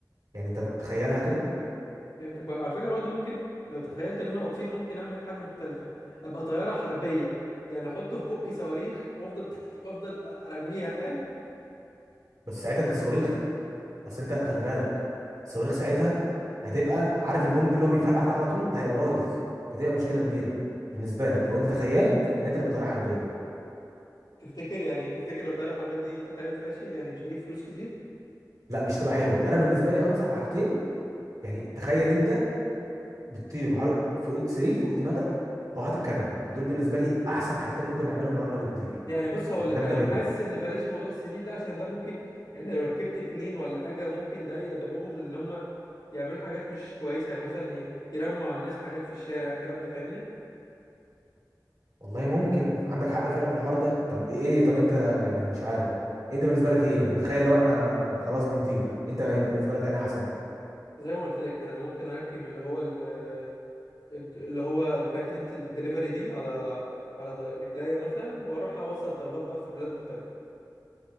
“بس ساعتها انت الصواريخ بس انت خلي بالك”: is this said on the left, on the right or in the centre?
Right